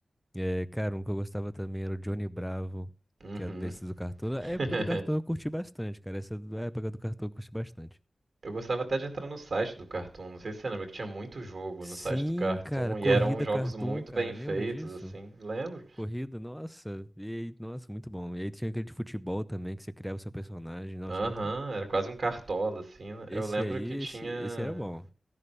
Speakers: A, in the centre; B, on the right.
A: É, cara, um que eu gostava também era o Johnny Bravo,
B: Uhum.
A: que é desses do Cartoon. A época
B: <laughs>
A: do Cartoon eu curti bastante, cara. Essa do- a época do Cartoon eu curti bastante.
B: Eu gostava até de entrar no site do Cartoon, não sei se você lembra que tinha muito jogo
A: Sim,
B: no site do Cartoon
A: cara, Corrida
B: e eram jogos
A: Cartoon,
B: muito
A: cara,
B: bem
A: lembra
B: feitos
A: disso?
B: assim. Lembro?
A: Corrida, nossa, e aí, nossa, muito bom. E aí tinha aquele de futebol também, que você criava o seu personagem, nossa,
B: Aham,
A: muito bom.
B: era quase um cartola, assim, né?
A: Esse
B: Eu lembro
A: aí,
B: que tinha.
A: esse, esse era bom.